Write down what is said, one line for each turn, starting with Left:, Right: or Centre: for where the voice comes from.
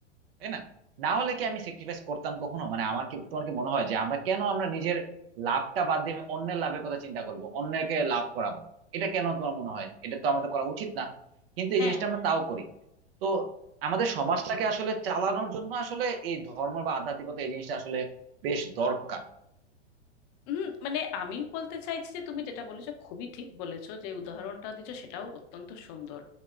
Right: তাই না না হলে কি আমি স্যাক্রিফাইস করতাম কখনো মানে আমার কি তোমার কি মনে হয় যে আমরা কেন আমরা নিজের লাভটা বাদ দিয়ে আমি অন্যের লাভের কথা চিন্তা করব অন্যকে লাভ করাবো এটা কেন তোমার মনে হয় এটা তো আমাদের করা উচিত না কিন্তু এই
Left: হ্যাঁ
Right: জিনিসটা আমরা তাও করি তো আমাদের সমাজটাকে আসলে চালানোর জন্য আসলে এই ধর্ম বা আধ্যাত্মিকতা এই জিনিসটা আসলে বেশ দরকার
Left: হুম মানে আমি বলতে চাইছি যে তুমি যেটা বলেছো খুবই ঠিক বলেছো যে উদাহরণটা দিচ্ছ সেটাও অত্যন্ত সুন্দর